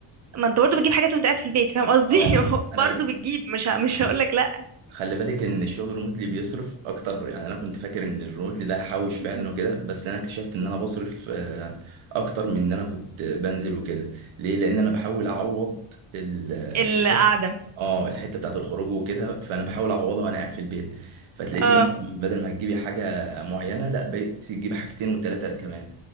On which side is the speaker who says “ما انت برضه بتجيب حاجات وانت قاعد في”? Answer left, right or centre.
Right